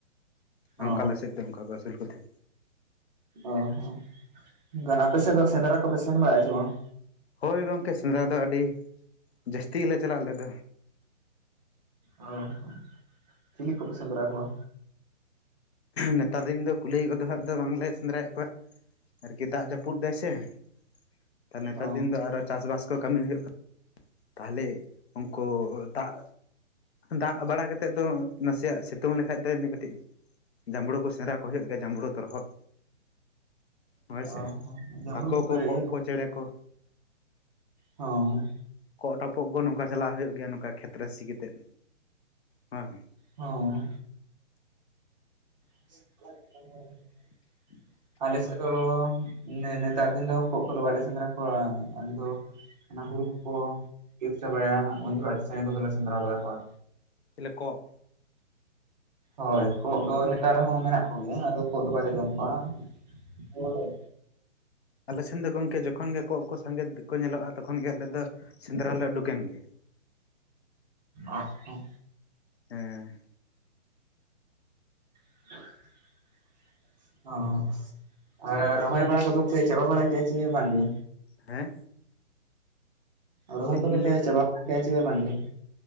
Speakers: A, on the left (about 55°); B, on the right (about 35°).
A: ᱱᱚᱝᱠᱟ
B: ᱚ
A: ᱟᱞᱮ ᱥᱮᱫ ᱫᱚ ᱚᱱᱠᱟ ᱠᱚ ᱟᱹᱥᱩᱞ ᱛᱟᱸᱦᱮ᱾
B: ᱟᱨᱦᱚᱸ ᱜᱟᱰᱟ ᱠᱚᱥᱮᱜ ᱫᱚ ᱥᱮᱸᱫᱽᱨᱟ ᱠᱚᱯᱮ ᱥᱮᱱ ᱵᱟᱲᱟᱜ ᱟᱪᱷᱮ ᱵᱟᱝ?
A: ᱦᱳᱭ ᱜᱚᱝᱠᱮ ᱥᱮᱸᱫᱽᱨᱟ ᱫᱚ ᱟᱹᱰᱤ ᱡᱟᱹᱥᱛᱤ ᱜᱮᱞᱮ ᱪᱟᱞᱟᱜ ᱟᱞᱮ ᱫᱚ᱾
B: ᱚ ᱦᱚᱸ ᱪᱤᱞᱤ ᱠᱚᱯᱮ ᱥᱮᱸᱫᱽᱨᱟ ᱠᱚᱣᱟ?
A: ᱱᱮᱛᱟᱨ ᱫᱤᱱ ᱫᱚ ᱠᱩᱞᱟᱹᱭ ᱠᱚᱫᱚ ᱦᱟᱜ ᱫᱚ ᱵᱟᱝᱞᱮ ᱥᱮᱸᱫᱽᱨᱟᱭᱮᱜ ᱠᱚᱣᱟ ᱟᱨᱠᱤ ᱫᱟᱜ ᱡᱟᱹᱯᱩᱫ ᱫᱟᱭ ᱥᱮ ᱛᱮ ᱛᱟᱦᱞᱮ ᱱᱮᱛᱟᱨ
B: ᱚ
A: ᱫᱤᱱ ᱫᱚ ᱟᱨᱦᱚ ᱪᱟᱥᱵᱟᱥ ᱠᱚ ᱠᱟᱹᱢᱤ ᱦᱩᱭᱩᱜ ᱠᱟᱱᱟ᱾ ᱛᱟᱦᱚᱞᱮ ᱩᱱᱠᱩ ᱫᱟᱜ ᱫᱟᱜ ᱵᱟᱲᱟ ᱠᱟᱛᱮᱫ ᱫᱚ ᱱᱟᱥᱮᱭᱟᱜ ᱥᱤᱛᱩᱝ ᱞᱮᱠᱷᱟᱡ ᱫᱚ ᱠᱟᱹᱴᱤᱡ ᱡᱟᱢᱵᱽᱲᱩ ᱠᱚ ᱥᱮᱸᱫᱽᱨᱟ ᱠᱚ ᱦᱩᱭᱩᱜ ᱜᱮᱭᱟ ᱡᱟᱢᱵᱽᱲᱩ ᱛᱚᱨᱦᱚᱫ᱾ ᱦᱳᱭ
B: ᱚ
A: ᱥᱮ,
B: ᱡᱟᱢᱲᱩ
A: ᱦᱟᱹᱠᱳ
B: ᱠᱚᱯᱮ
A: ᱠᱚ ᱠᱚᱸᱜ
B: ᱤᱭᱟᱹ
A: ᱠᱚ ᱪᱮᱬᱮ ᱠᱚ᱾
B: ᱦᱟᱸᱨ
A: ᱠᱚᱸᱜ ᱴᱚᱯᱚᱜ ᱫᱚ ᱱᱚᱝᱠᱟ ᱪᱟᱞᱟᱜ ᱦᱩᱭᱩᱜ ᱜᱮᱭᱟ ᱱᱚᱝᱠᱟ ᱠᱷᱮᱛ ᱨᱮ ᱥᱤ ᱠᱟᱛᱮᱫ ᱦᱮᱸ ᱦᱩᱸᱢ
B: ᱦᱚᱸᱭ <unintelligible>
A: <inaudible>
B: ᱟᱞᱮᱥᱮᱫ ᱫᱚ ᱱᱮᱼᱱᱮᱛᱟᱨ ᱫᱤᱱ ᱫᱚ ᱠᱚᱸᱜ ᱠᱚᱫᱚ ᱵᱟᱞᱮ ᱥᱮᱸᱫᱽᱨᱟ ᱠᱚᱣᱟ ᱟᱞᱮ ᱫᱚ ᱚᱱᱟ ᱦᱩᱲᱩ ᱠᱚᱠᱚ ᱤᱨ ᱪᱟᱵᱟᱭᱟ ᱦᱟᱸᱜ ᱩᱱ ᱨᱮᱜᱮ ᱟᱪᱪᱷᱟ ᱱᱤᱭᱟᱹ ᱠᱚᱫᱚᱞᱮ ᱥᱮᱸᱫᱽᱨᱟ ᱵᱟᱲᱟᱣ ᱠᱚᱣᱟ᱾
A: ᱪᱤᱞᱮ ᱠᱚᱸᱜ?
B: ᱦᱳᱭ ᱠᱚᱸᱜ ᱫᱚ ᱱᱮᱛᱟᱨ ᱨᱮᱦᱚᱸ ᱢᱮᱱᱟᱜ ᱠᱚᱜᱮᱭᱟ ᱟᱫᱚ ᱠᱚᱸᱜ ᱫᱚ ᱵᱟᱞᱮ ᱡᱚᱢ ᱠᱚᱣᱟ ᱦᱳᱭ
A: ᱟᱞᱮ ᱥᱮᱱ ᱫᱚ ᱜᱚᱝᱠᱮ ᱡᱚᱠᱷᱚᱱ ᱜᱮ ᱠᱚᱸᱜ ᱠᱚ ᱥᱟᱸᱜᱮᱫ ᱠᱚ ᱧᱮᱞᱚᱜᱼᱟ ᱛᱚᱠᱷᱚᱱ ᱜᱮ ᱟᱞᱮ ᱫᱚ ᱥᱮᱸᱫᱽᱨᱟ ᱞᱮ ᱩᱰᱩᱠ ᱮᱱ ᱜᱮ᱾
B: ᱚᱜ ᱦᱳ
A: ᱦᱮᱸ
B: <inaudible> ᱚᱸ ᱚᱲᱟᱜ ᱨᱚᱦᱚᱭ ᱵᱟᱲᱟ ᱠᱚᱫᱚ ᱯᱮ ᱪᱟᱵᱟ ᱵᱟᱲᱟ ᱠᱮᱭᱟ ᱪᱮ ᱵᱟᱝ ᱜᱮ?
A: ᱦᱮᱸ
B: ᱨᱚᱦᱚᱭ
A: ᱪᱮᱫ
B: ᱠᱚᱫᱚ
A: ᱵᱤᱱ
B: ᱯᱮ
A: ᱞᱟᱹᱭᱟ
B: ᱪᱟᱵᱟ ᱵᱟᱲᱟ ᱠᱮᱭᱟ ᱪᱮ ᱵᱟᱝ ᱜᱮ?